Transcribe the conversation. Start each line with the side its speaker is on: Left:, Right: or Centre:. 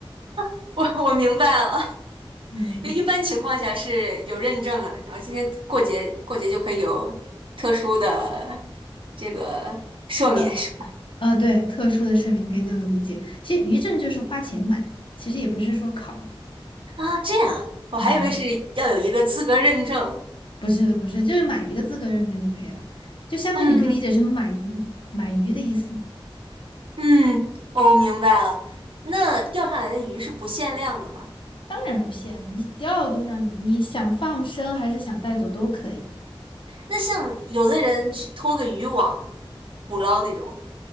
Right: <laughs> 我我明白了，<laughs>
Left: 嗯，
Right: 就一般情况下是有认证了，然后今天过节过节就可以有特殊的这个赦免是吧？
Left: 呃呃，对，特殊的税明可以这么理解。其实渔证就是花钱买，其实也不是说考。
Right: 啊，这样啊，我还以为是要有一个资格认证。
Left: 嗯，不是的，不是，就是买一个资格认证就可以了，就相当于你可以理解成买鱼，
Right: 嗯。
Left: 买鱼的意思。
Right: 嗯，我明白了。那钓上来的鱼是不限量的吗？
Left: 当然不限，你钓了多少，你想放生还是想带走都可以。
Right: 那像有的人去拖个渔网捕捞那种。